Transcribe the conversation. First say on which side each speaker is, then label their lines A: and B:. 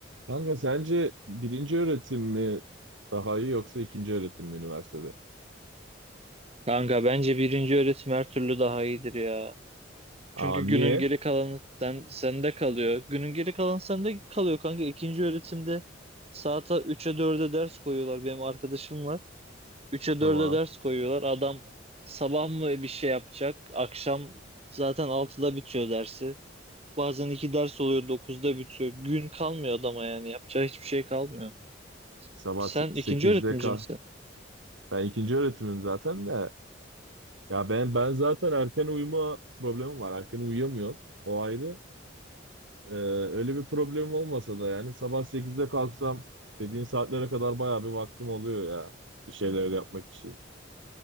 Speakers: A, on the right; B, on the right.
A: Kanka sence birinci öğretim mi daha iyi yoksa ikinci öğretim mi üniversitede?
B: Kanka bence birinci öğretim her türlü daha iyidir ya. Çünkü
A: Aa
B: günün
A: niye?
B: geri kalanı sen, sende kalıyor. Günün geri kalanı sende kalıyor kanka. İkinci öğretimde saata 3'e 4'e ders koyuyorlar. Benim arkadaşım var. 3'e
A: Tamam.
B: 4'e ders koyuyorlar. Adam sabah mı bir şey yapacak? Akşam zaten altıda bitiyor dersi. Bazen 2 ders oluyor dokuzda bitiyor. Gün kalmıyor adama yani. Yapacağı hiçbir şey kalmıyor.
A: Sabah
B: Sen
A: se- sekizde
B: ikinci öğretimci
A: kah.
B: misin?
A: Ben ikinci öğretimim zaten de. Ya ben ben zaten erken uyuma problemim var. Erken uyuyamıyorum. O ayrı. Ee, öyle bir problemim olmasa da yani sabah sekizde kalksam dediğin saatlere kadar bayağı bir vaktim oluyor ya. Bir şeyler yapmak için.